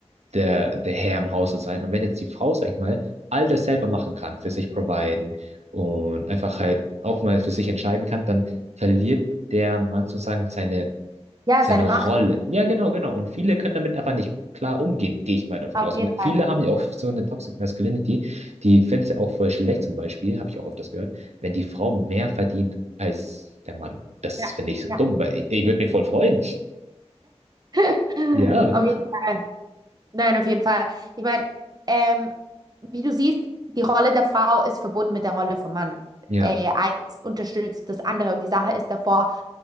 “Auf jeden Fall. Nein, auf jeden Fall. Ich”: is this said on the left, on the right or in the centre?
Right